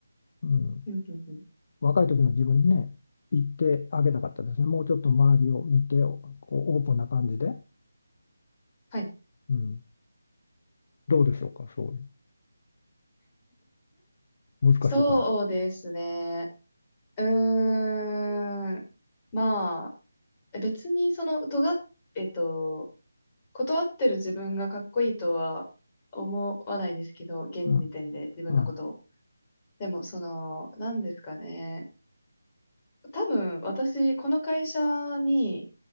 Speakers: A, on the left (about 40°); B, on the left (about 25°).
A: うん、
B: うん、うん、うん。
A: 若い時の自分にね、言ってあげたかったですね。もうちょっと周りを見て、こうオープンな感じで、
B: はい。
A: うん、どうでしょうか、そういう。難しいかも。
B: そうですね。うーん。まあ、え別にその、尖っ、えっと、断ってる自分がかっこいいとは思わないですけど、現時点で自分のことを。
A: うん、うん、
B: でも、その、なんですかね。多分、私、この会社に、